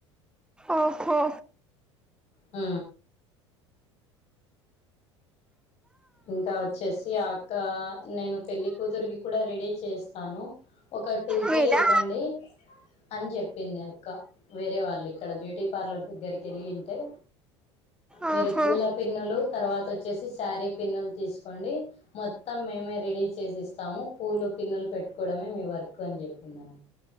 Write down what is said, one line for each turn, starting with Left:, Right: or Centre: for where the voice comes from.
Centre: ఓహో
Left: ఆ ఇంకా వచ్చేసి అక్క నేను పెళ్ళికూతురికి కూడా రెడీ చేస్తాను ఒక టూకే
Centre: మీదా
Left: ఇవ్వండి అని చెప్పింది అక్క వేరే వాళ్ళు ఇక్కడ బ్యూటీ పార్లర్ దగ్గరికి వెళ్ళింటే
Centre: ఆహా
Left: మీరు పూల పిన్నులు తర్వాత వచ్చేసి సారీ పిన్నులు తీసుకోండి మొత్తం మేమే రెడీ చేసేస్తాము పూలు పిన్నులు పెట్టుకోవడమే మీ వర్క్ అని చెప్పి <unintelligible>